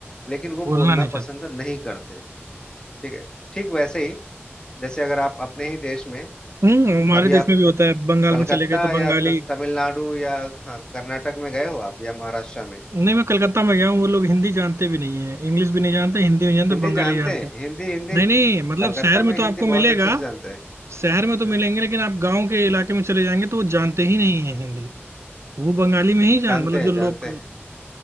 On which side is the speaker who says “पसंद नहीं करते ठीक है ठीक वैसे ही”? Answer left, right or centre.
Left